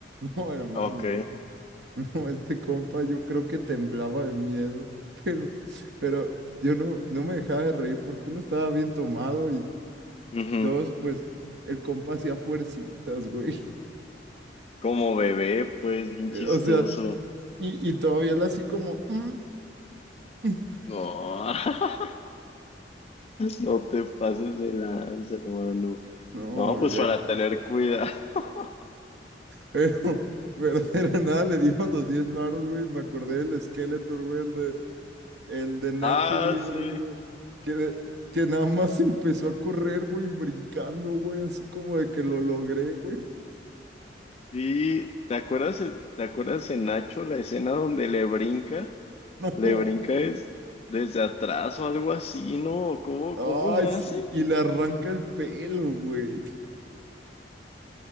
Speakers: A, on the right (about 70°); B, on the left (about 35°).
A: No, hermano,
B: ok.
A: no, este compa yo creo que temblaba de miedo, <laughs> pero, pero yo no, no me dejaba de reír porque uno estaba bien tomado y,
B: Ujú.
A: Dos, pues el compa hacía fuercitas, güey.
B: Como bebé, pues, bien
A: <laughs>
B: chistoso.
A: O sea, y, y todavía la así como, "Mm". <laughs>
B: No, <laughs> no te pases de lanza, hermano.
A: no,
B: No, pues
A: vieja.
B: para tener cuidado. <laughs>
A: Pero, pero era nada, le dimos los 10 varos, güey. Me acordé del Skeletor, güey, el de, el de Nacho
B: Ah,
A: Libre,
B: sí.
A: güey. Que, de- que nada más <laughs> empezó a correr, güey, brincando, güey, así como de que lo logré, güey.
B: Sí, ¿te acuerdas, te acuerdas en Nacho la escena donde le brinca?
A: <laughs>
B: Le brinca des- desde atrás o algo así, ¿no? ¿Cómo,
A: No,
B: cómo le
A: ay, sí,
B: hace?
A: y le arranca el pelo, güey.